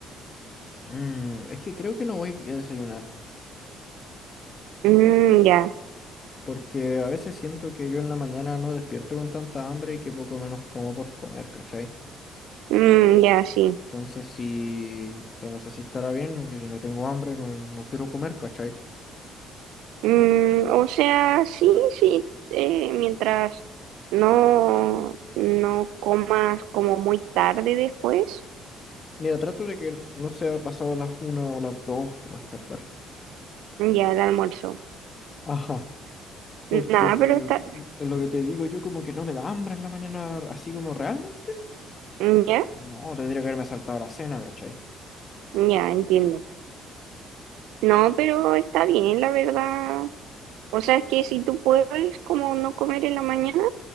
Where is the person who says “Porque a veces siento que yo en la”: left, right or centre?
Left